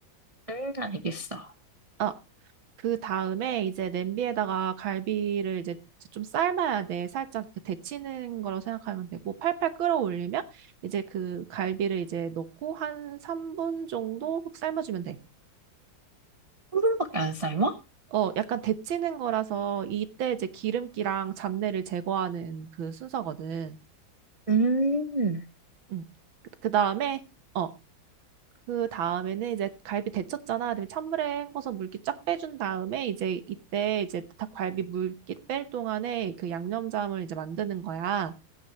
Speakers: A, on the right; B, on the right.
A: 응, 알겠어. 한
B: 아, 그 다음에 이제 냄비에다가 갈비를 이제 좀 삶아야 돼. 살짝 이렇게 데치는 거라고 생각하면 되고 팔팔 끓어올리면 이제 그 갈비를 이제 넣고 한 3분 정도 삶아주면 돼.
A: 분밖에 안 삶아?
B: 어, 약간 데치는 거라서 이때 이제 기름기랑 잡내를 제거하는 그 순서거든.
A: 음,
B: 음. 그 다음에, 어, 그 다음에는 이제 갈비 데쳤잖아. 그다음에 찬물에 헹궈서 물기 쫙 빼준 다음에 이제 이때 이제 닭갈비 물기 뺄 동안에 그 양념장을 이제 만드는 거야.